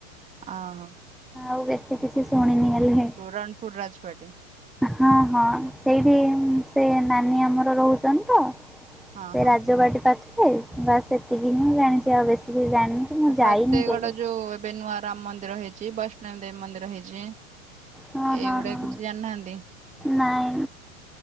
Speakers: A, on the right (about 15°); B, in the centre.
A: ଆ ହୋ।
B: ଆଉ ବେଶୀ କିଛି ଶୁଣିନି ହେଲେ
A: ରଣପୁର ରାଜବାଟୀ
B: ହଁ ହଁ ସେଇଠି ସେ ନାନୀ ଆମର ରହୁଛନ୍ତିତ।
A: ହଁ
B: ସେ
A: ହଁ।
B: ରାଜବାଟି ପାଖେରେ ବାସ୍ ଏତିକି ମୁଁ ଜାଣିଛି ଆଉ ବେଶୀ କିଛି ଜାଣିନି। କି ମୁଁ
A: ଫତେଗଡ଼
B: ଯାଇନି କେବେ।
A: ଯୋଉ ଏବେ ନୂଆ ରାମ ମନ୍ଦିର ହେଇଛି। ବୈଷ୍ଣବୀ ଦେବୀ ମନ୍ଦିର ହେଇଛି।
B: ହଁ
A: ଏଇଗୁଡ଼ା
B: ହଁ ହଁ
A: କିଛି ଜାଣିନାହାନ୍ତି।
B: ନାଇଁ